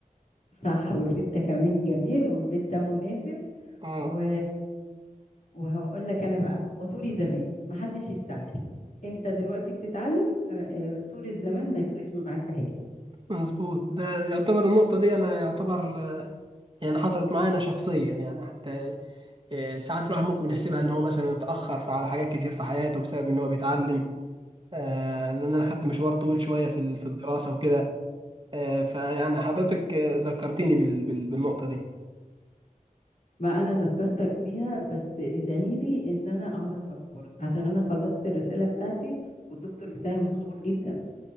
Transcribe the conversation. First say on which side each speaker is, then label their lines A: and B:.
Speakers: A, on the left; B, on the right.
A: صح والبيت ده كمان جميل والبيت ده مناسب
B: اه
A: و... وهقول لك انا بقى وطولي زمان محدش يستعجل انت دلوقتي بتتعلم آه، آه، طول الزمان ما يفرقش معاك في حاجه
B: مظبوط ده يعتبر النقطة دي انا يعتبر آه، يعني حصلت معايا انا شخصيا يعني حتى آه، ساعات الواحد ممكن يحسبها ان هو مثلا اتأخر في- على حاجات كتير في حياته بسبب ان هو بيتعلم آه، لان انا خدت مشوار طويل شوية في ال- في الدراسة وكده آه، فيعني حضرتك آه، ذكرتيني بال... بال... بالنقطة دي
A: ما انا ذكرتك بيها بس ادعي لي ان انا اعرف اصبر عشان انا خلصت الرساله بتاعتي والدكتور بتاعي مشغول جدا